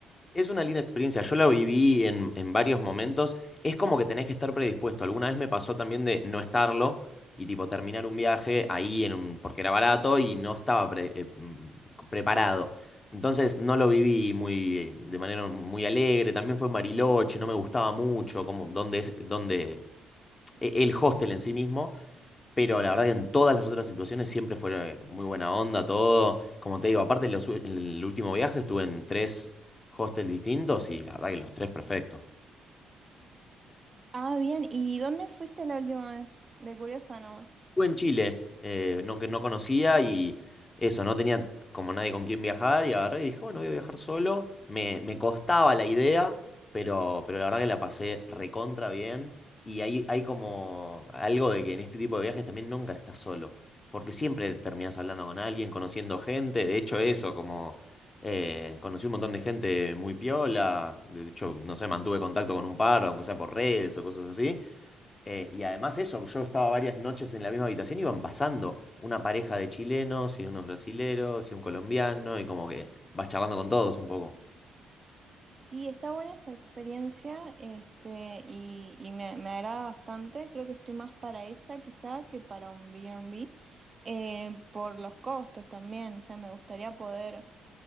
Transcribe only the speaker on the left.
Es una linda experiencia, yo la viví en, en varios momentos, es como que tenés que estar predispuesto, alguna vez me pasó también de no estarlo y tipo terminar un viaje ahí en un, porque era barato y no estaba pre- eh, mm, preparado. Entonces no lo viví muy, de manera muy alegre, también fue en Bariloche, no me gustaba mucho, como dónde es, dónde, e- el hostel en sí mismo. Pero la verdad que en todas las otras situaciones siempre fue eh, muy buena onda, todo. Como te digo, aparte los u- en el último viaje estuve en tres hostels distintos y la verdad que los tres perfectos.
Estuve en Chile, eh, no, que no conocía y eso, no tenía como nadie con quien viajar y agarré y dije, bueno, voy a viajar solo. Me, me costaba la idea, pero, pero la verdad que la pasé recontra bien y hay, hay como algo de que en este tipo de viajes también nunca estás solo, porque siempre terminás hablando con alguien, conociendo gente, de hecho eso, como eh, conocí un montón de gente muy piola, de hecho, no sé, mantuve contacto con un par, aunque sea por redes o cosas así. Eh, y además eso, yo estaba varias noches en la misma habitación, iban pasando una pareja de chilenos y unos brasileros y un colombiano y como que vas charlando con todos un poco.